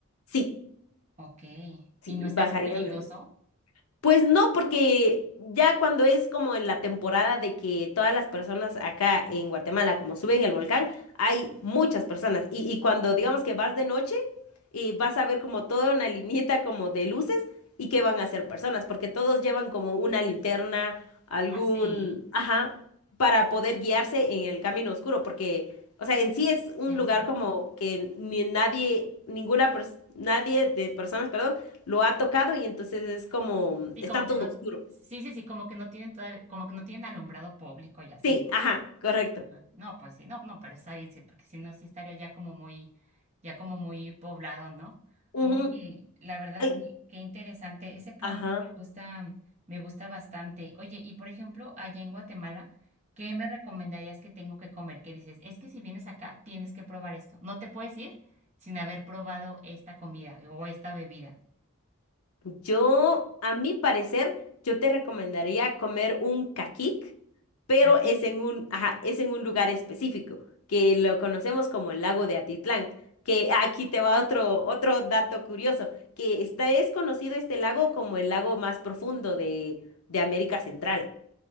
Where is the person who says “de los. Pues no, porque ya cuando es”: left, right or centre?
Left